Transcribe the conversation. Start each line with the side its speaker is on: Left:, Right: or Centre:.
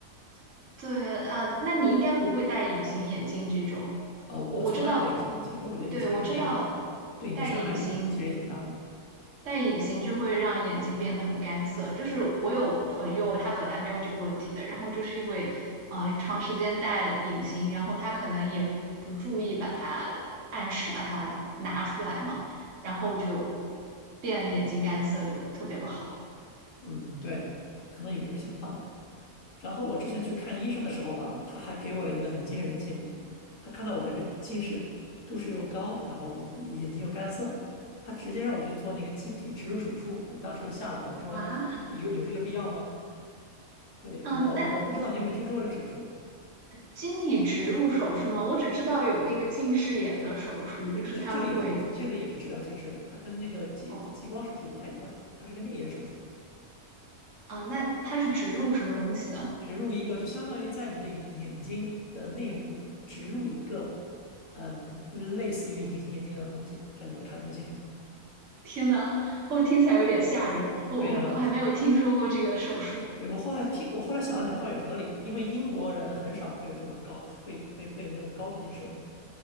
Right: <laughs> 对，呃，那你应该不会戴隐形眼镜这种，
Left: 哦，
Right: 我我知道，
Left: 我从来不戴隐形眼镜，因为我觉得隐形眼镜对眼睛伤害也其实也挺大的。
Right: 对，我知道戴隐形。戴隐形就会让眼睛变得很干涩。就是我有朋友，他本来没有这个问题的，然后就是因为呃长时间戴隐形，然后他可能也不注意把它按时把它拿出来嘛，然后就变眼睛干涩，就特别不好。
Left: 嗯，对，可能有这个想法吧。然后我之前去看医生的时候吧，他还给我了一个很惊人的建议。他看到我这个近视度数又高，然后眼眼睛又干涩，他直接让我去做那个晶体植入手术。我当时都吓到了，我说有有这个必要吗？
Right: 啊，
Left: 对，
Right: 嗯，
Left: 我我不知道你有没有听说过这个手术。
Right: 那晶体植入手术吗？我只知道有那个近视眼的手术，
Left: 对，
Right: 就是他们会
Left: 这这个也是这个也是治疗近视的，它跟那个激激激光手术不太一样，
Right: 哦
Left: 它是个内眼手术，
Right: 啊，那它是植入什么东西呢？
Left: 植入一个就相当于在你的眼睛的内部植入一个，嗯，类似于隐形眼镜那样的东西，这样你会看得更清楚。
Right: 听的，我听起来有点吓人，我我我还没有听说过这个手术
Left: 对呀，对，我后来听，我后来想了想，倒也合理，因为英国人很少会有这么高，会会会有那种高度近视的，